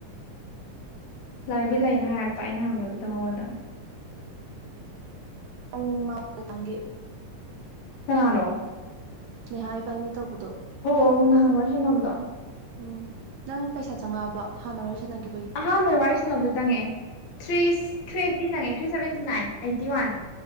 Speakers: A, on the left; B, on the right.
A: ꯂꯥꯏꯕꯦꯔꯤ ꯂꯩꯅ ꯍꯥꯏꯔꯛꯄ ꯑꯩꯅ ꯍꯪꯕꯗꯨꯗ ꯃꯉꯣꯟꯗ
B: ꯄꯨꯡ <unintelligible>
A: ꯀꯅꯥꯅꯣ
B: ꯅꯤꯍꯥ ꯏꯕꯥꯏꯅꯤ ꯇꯧꯕꯗꯣ
A: ꯑꯣ ꯅꯍꯟ ꯋꯥꯔꯤ ꯁꯥꯟꯅꯕꯗꯣ
B: ꯎꯝ ꯅꯪ ꯄꯩꯁꯥ ꯆꯪꯉꯛꯑꯕꯣ ꯍꯥꯟꯅ ꯋꯥꯔꯤ ꯁꯥꯟꯅꯒꯤ
A: ꯑꯍꯥꯟꯕꯗ ꯋꯥꯔꯤ ꯁꯥꯟꯅꯕꯗꯣ ꯆꯪꯉꯛꯑꯦ ꯊ꯭ꯔꯤ ꯊ꯭ꯔꯤ ꯑꯩꯠꯇꯤ ꯆꯪꯉꯦ three seventy nine eighty one